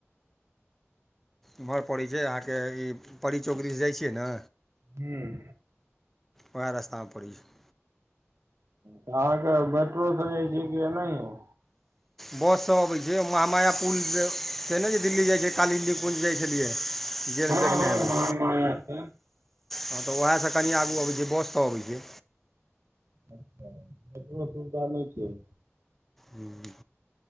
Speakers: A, in the centre; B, on the right.
A: उम्हर पड़ैत छै, अहाँके ई परी चौक दिश जाइ छियै ने?
B: हूॅं।
A: वएह रस्तामे पड़ैय छै।
B: तऽ अहाँके मेट्रोसे जाइ छियै कि एनाहिए?
A: बस सभ अबै छै। महामायापुल छै -छैने जे दिल्ली जाइत छै, कालीपुञ्ज जाइ छलियै। <unintelligible>
B: हँ
A: देखने
B: हँ
A: हेबै।
B: महामाया से
A: हाॅं तऽ उएहसे कनि आगू अबै छियै। बस सऽ अबै छियै।
B: अच्छा, मेटरो सुविधा नहि छै।
A: हूॅं।